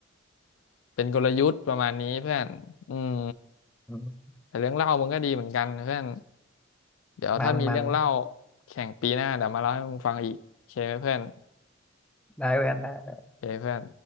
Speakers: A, on the left; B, in the centre.
A: เป็นกลยุทธ์ประมาณนี้เพื่อนอืม
B: อืม
A: แต่เรื่องเล่ามึงก็ดีเหมือนกันเพื่อนเดี๋ยวถ้ามีเรื่องเล่า
B: มันมัน
A: แข่งปีหน้าเดี๋ยวมาเล่าให้มึงฟังอีกโอเคไหมเพื่อน
B: <laughs> ได้เพื่อนได้
A: โอเคเพื่อน